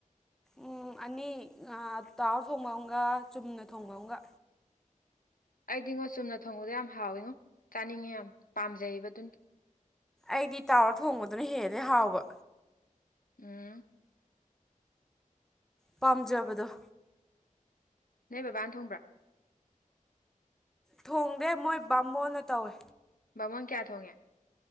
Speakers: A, in the centre; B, on the left.
A: ꯎꯝ ꯑꯅꯤ ꯑ ꯇꯥꯎꯔ ꯊꯣꯡꯕ ꯑꯃꯒ ꯆꯨꯝꯅ ꯊꯣꯡꯕ ꯑꯃꯒ
B: ꯑꯩꯗꯤꯉꯣ ꯆꯨꯝꯅ ꯊꯣꯡꯕꯗꯣ ꯌꯥꯝ ꯍꯥꯎꯏꯉꯣ ꯆꯥꯅꯤꯡꯉꯦ ꯌꯥꯝ ꯄꯥꯝꯖꯩꯌꯦꯕ ꯑꯗꯨꯅ
A: ꯑꯩꯗꯤ ꯇꯥꯎꯔ ꯊꯣꯡꯕꯗꯨꯅ ꯍꯦꯜꯂꯦ ꯍꯥꯎꯕ
B: ꯎꯝ
A: ꯄꯥꯝꯖꯕꯗꯣ
B: ꯅꯣꯏ ꯕꯕꯥꯅ ꯊꯣꯡꯕ꯭ꯔꯥ
A: ꯊꯣꯡꯗꯦ ꯃꯣꯏ ꯕꯥꯃꯣꯟꯅ ꯇꯧꯋꯦ
B: ꯕꯥꯃꯣꯟ ꯀꯌꯥ ꯊꯣꯡꯉꯦ